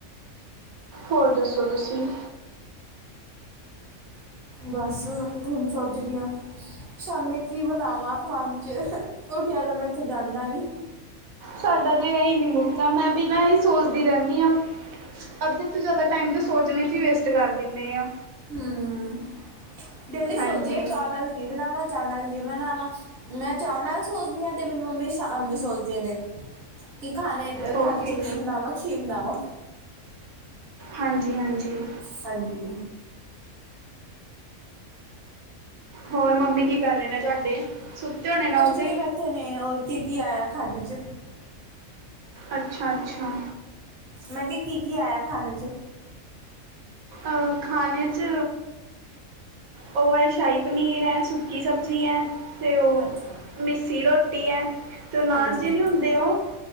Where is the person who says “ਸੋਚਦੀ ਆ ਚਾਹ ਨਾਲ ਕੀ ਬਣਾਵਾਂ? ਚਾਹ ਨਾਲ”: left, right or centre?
Right